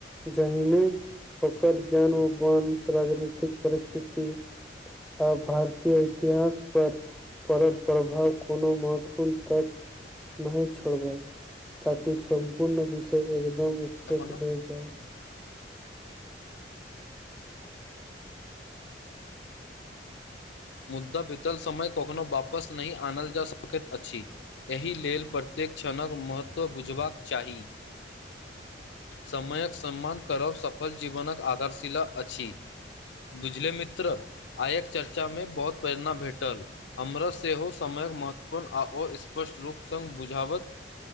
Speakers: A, in the centre; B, on the left.
A: जाहिमे ओकर जन वंश राजनीतिक परिस्थिति आ भारतीय इतिहास पर परड़ल प्रभाव कोनो महत्वपूर्ण तत्व नहि छोड़बै ताकि सम्पूर्ण विषय एकदम स्पष्ट
B: अपन
A: भए जाय <inaudible>
B: मुद्दा बीतल समय कखनो वापस नहि आनल जा सकैत अछि एहि लेल प्रतेक्षणक महत्त्व बुझबाक चाही समयक सम्मान करब सफल जीवनक आधारशिला अछि बुझले मित्र आयक चर्चा में बहुत प्रेरणा भेटल हमरा सेहो समयक महत्वपूर्ण आ आओर स्पष्ट रूप सँग बुझाबत